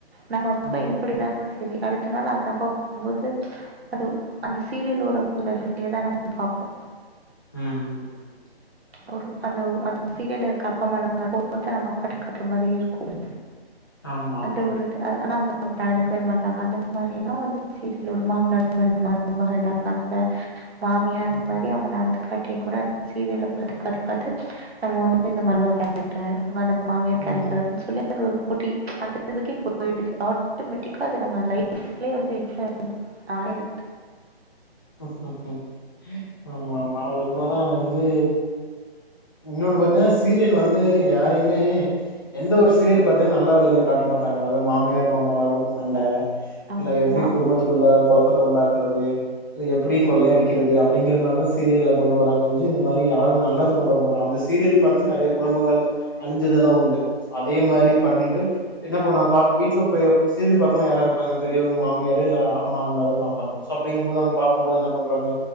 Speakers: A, on the right; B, on the left.
A: நம்ம அப்ப
B: ம்.
A: எப்படிதான் சரி அடுத்த நாள் அந்த அப்பா பார்க்கும்போது அது அந்த சீரியலோட ஒரு எஃபெக்டேதா நம்ம பாார்ப்போம்
B: உம் உம் உம்
A: ஒரு அந்த அந்த சீரியல இருக்க <unintelligible> நம்ம அப்பாகிட்ட கட்டுற மாதிரியே இருக்கும்
B: ஆமாமா.
A: அந்த ஒரு ஆனா அவங்க நடந்துக்கவே மாட்டாங்க அந்த மாதிரல்லாம் வந்து சீரியல் ஒரு மாமனார் மருமக மக இதா இருந்தா கூட மாமியா அந்த
B: ம்.
A: மாரி அவங்க நடந்து காட்டி கூட அந்த சீரியல்ல பாத்து பாத்து பாத்து நம்ம வந்து இந்த மாரி கேரக்ட்டர் <unintelligible> மாமியார் கேரக்டர்
B: ம்.
A: அப்டின்னு சொல்லி அது ஒரு போட்டி அந்த இதுக்கே போயிடுது ஆட்டோமேட்டிக்கா அது நம்ம லைஃப்லயே வந்து <unintelligible> ஆயிடுது
B: ம் ம் ம் ஆமா ஆமா <unintelligible> தான் வந்து ஒன்னோனு பத்தே <unintelligible> சீரியல் வந்து யாரையுமே எந்த ஒரு சீரியல் பாத்தீன்னா நல்ல வழியில் காட்ட மாட் அவங்க மாமியார் மாமா வரதங் அந்த
A: ஆமா
B: இல்ல எப்டி குடும்பத்துக்குள்ள கொழப்பத்த உண்டாக்குறது இல்ல எப்படி கொள்ள அடிக்கிறது அப்படிங்கிற மாரிதா சீரியல்ல கொண்டு வராங்க ஒழிஞ்சு இந்த மாரி யாருக்கு நல்லது கொண்டு வர மாட்டோ அந்த சீரியல் பாத்து நிறைய குடும்பங்கள் அழிஞ்சதெல்லா உண்டு அதே மாரி பண்ணிட்டு என்ன பண்ணா பா வீட்ல போய் சீரியல் பாக்கணு யாரா இருப்பாங்க பெரியவங் மாமியாரு இல்ல மாமனாரு பாப்பாங்க சோ அப்டிங்கும்போது அங் பார்க்கும் போது என்ன பண்றாங்க